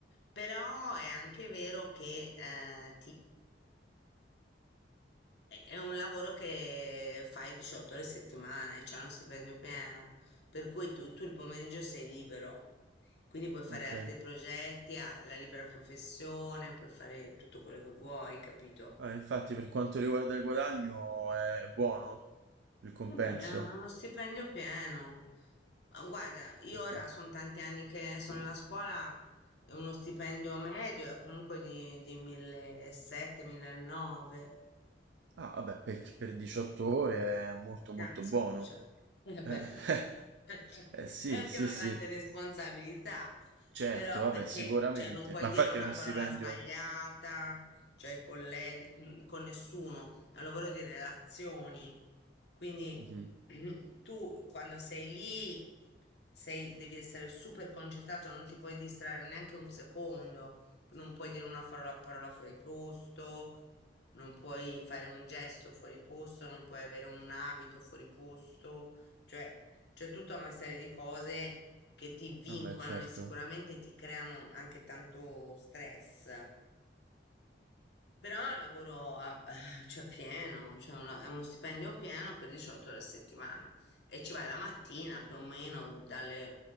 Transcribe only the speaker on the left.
Però è anche vero che eh, È è un lavoro che fai 18 ore a settimana e c'è uno stipendio pieno, per cui tu, tu il pomeriggio sei libero, quindi puoi fare
altri progetti, ha- la libera professione, puoi fare tutto quello che vuoi, capito?
Vabbè, è uno stipendio pieno. Ma Guarda, io
ora sono tanti anni che sono nella scuola, e uno stipendio medio è comunque di, di 1700-1900.
Cazzo,
cioè, eh
beh,
<laughs> è
anche
una
grande responsabilità,
però
perché,
cioè, non puoi
dire
una
parola
sbagliata, cioè, ai colleghi, mm, con nessuno, è un lavoro di relazioni, quindi
<clears throat> tu quando sei lì sei, devi essere super concentrato, non ti puoi distrarre neanche un secondo, non puoi dire una parola, parola fuori posto, non puoi fare un gesto fuori posto, non puoi avere un abito fuori posto, cioè c'è tutta una serie di cose che ti vincolano
e sicuramente ti creano anche tanto stress. Però lavoro a, <laughs> cioè pieno, cioè una- è uno stipendio pieno per 18 ore a settimana e ci vai la mattina più o meno dalle